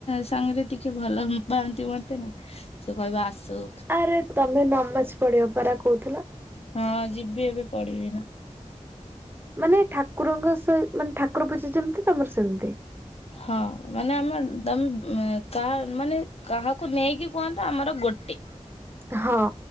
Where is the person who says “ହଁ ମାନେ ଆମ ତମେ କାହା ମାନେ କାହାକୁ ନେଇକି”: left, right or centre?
Left